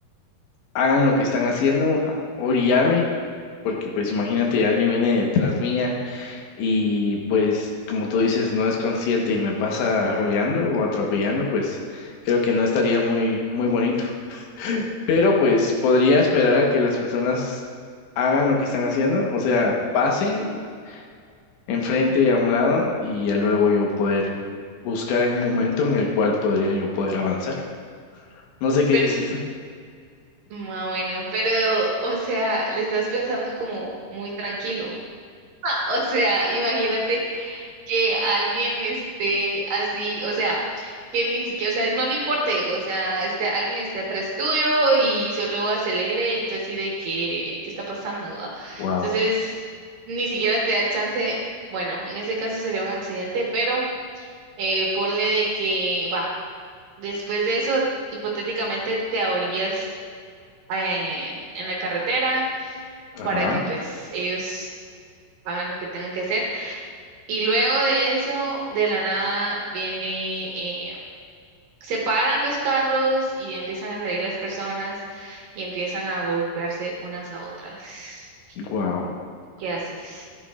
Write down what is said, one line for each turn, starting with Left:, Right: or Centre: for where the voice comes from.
Left: hagan lo que están haciendo, a- orillarme, porque pues imagínate, alguien viene detrás mía y pues, como tú dices, no es consciente y me pasa arrollando o atropellando, pues creo que no estaría muy, muy bonito. Pero pues podría esperar a que las personas hagan lo que están haciendo, o sea, pasen enfrente a un lado y ya luego yo poder buscar en un momento en el cual podría yo poder avanzar. No sé qué
Right: Pero,
Left: dices tú.
Right: ah, bueno, pero, o sea, le estás pensando como muy tranquilo. <laughs> O sea, imagínate que alguien esté así, o sea, que ni siquiera, o sea, no le importe, o sea, este, alguien esté atrás tuyo y solo acelere y tú así de que, ¿qué está pasando? va?
Left: wow.
Right: Entonces, ni siquiera te da chance, bueno, en ese caso sería un accidente, pero eh, ponle de que, va, después de eso, hipotéticamente te ahorías eh, en la carretera
Left: Ajá.
Right: para que pues ellos hagan lo que tengan que hacer. Y luego de eso, de la nada, viene, eh, se paran los carros y empiezan a salir las personas y empiezan a golpearse unas a otras.
Left: Wow.
Right: ¿Qué haces?